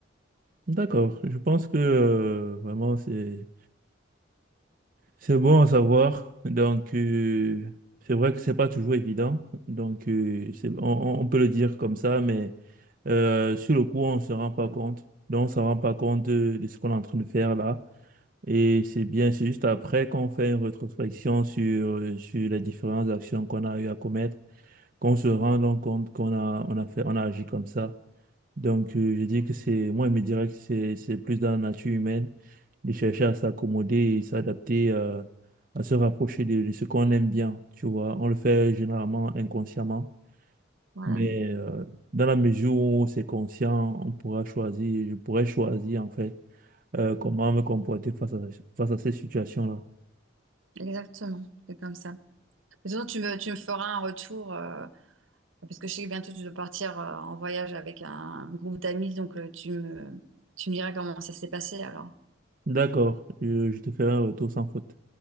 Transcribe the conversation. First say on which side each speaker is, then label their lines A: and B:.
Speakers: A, on the right; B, on the right.
A: D'accord, je pense que euh, vraiment c'est C'est bon à savoir. Donc, euh, c'est vrai que c'est pas toujours évident. Donc, euh, c'est- on, on- on peut le dire comme ça, mais euh, sur le coup, on se rend pas compte. Donc, on se rend pas compte euh, de ce qu'on est en train de faire là. Et c'est bien, c'est juste après qu'on fait une rétrospection sur, euh, sur les différentes actions qu'on a eu à commettre, qu'on se rend donc compte qu'on a, on a fait, on a agi comme ça. Donc, euh, je dis que c'est, moi, je me dirais que c'est, c'est plus dans la nature humaine de chercher à s'accommoder et s'adapter, euh, à se rapprocher de, de ce qu'on aime bien, tu vois. On le fait généralement inconsciemment,
B: Voilà,
A: mais euh, dans la mesure où c'est conscient, on pourra choisir, je pourrais choisir, en fait, euh, comment me comporter face à, face à ces situations-là.
B: exactement. C'est comme ça. De toute façon, tu me, tu me feras un retour, euh, parce que je sais que bientôt tu dois partir euh, en voyage avec un, groupe d'amis, donc euh, tu me, tu me diras comment ça s'est passé alors.
A: D'accord, je, je te ferai un retour sans faute.